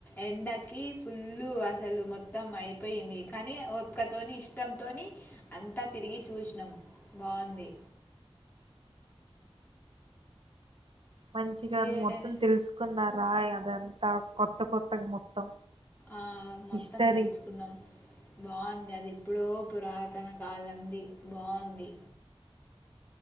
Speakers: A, on the left; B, on the right.
A: ఎండకి ఫుల్లు అసలు మొత్తం ఇం అయిపోయింది కానీ ఒపికతోని ఇష్టం ధోని అంతా తిరిగి చూసినం బావుంది.
B: మంచిగా
A: మీరేటైనా
B: మొత్తం తెలుసుకున్నా రయ్ అద ఎంతా కొత్త కొత్తగ మొత్తం
A: ఆ మొత్తం
B: హిస్టరీ
A: తెలుసుకున్నాం బాం అది ఎప్పుడో పురాతన కాలంది బాగుంది